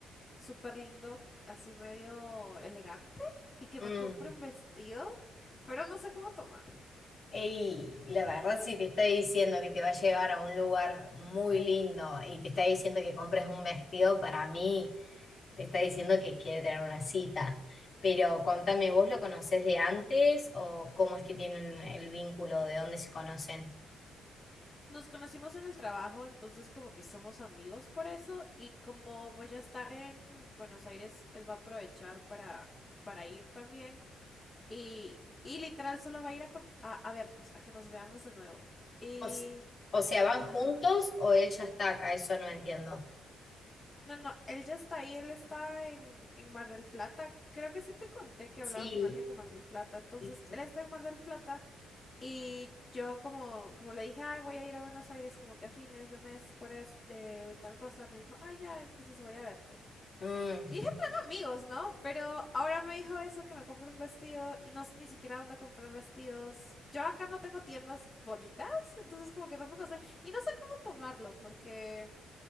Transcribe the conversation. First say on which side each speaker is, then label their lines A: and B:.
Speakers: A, on the left (about 25°); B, on the left (about 45°).
A: súper lindo, así medio elegante, y que
B: Mm.
A: me compre un vestido, pero no sé cómo tomarlo.
B: Ey, la verdad si te está diciendo que te va a llevar a un lugar muy lindo y te está diciendo que compres un vestido, para mí te está diciendo que quiere tener una cita. Pero contame, ¿vos lo conocés de antes o cómo es que tienen el vínculo, de dónde se conocen?
A: Nos conocimos en el trabajo, entonces como que somos amigos por eso, y como voy a estar en Buenos Aires, él va a aprovechar para, para ir también, y, y literal solo va a ir a, con- a, a vernos, a que nos veamos de nuevo. Y...
B: O, s- o sea, ¿van juntos
A: Ajá.
B: o él ya está acá? Eso no entiendo.
A: No, no, él ya está ahí, él está en, en Mar del Plata. Creo que sí te conté que
B: Sí,
A: hablaba con alguien de Mar del Plata. Entonces,
B: sí, sí.
A: él está en Mar del Plata Y yo como, como le dije, ay, voy a ir a Buenos Aires como que a fines de mes por es- eh, tal cosa, me dijo, ah, ya, entonces voy a verte.
B: Mm.
A: Y dije, plan amigos, ¿no? Pero ahora me dijo eso, que me compre un vestido y no sé ni siquiera dónde comprar vestidos. Yo acá no tengo tiendas bonitas, entonces como que tampoco sé. Y no sé cómo tomarlo, porque,